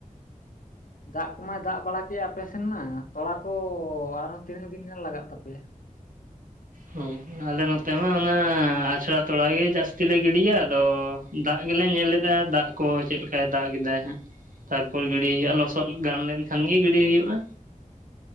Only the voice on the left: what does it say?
ᱫᱟᱜ ᱠᱚᱢᱟᱭ ᱫᱟᱜ ᱵᱟᱲᱟ ᱠᱮᱜ-ᱟ ᱟᱯᱮ ᱥᱮᱱ ᱢᱟ ᱛᱚᱲᱟ ᱠᱚ ᱟᱨᱦᱚᱸ ᱛᱤᱱᱟᱹᱜ ᱫᱤᱱ ᱜᱟᱱ ᱞᱟᱜᱟᱜ ᱛᱟᱯᱮᱭᱟ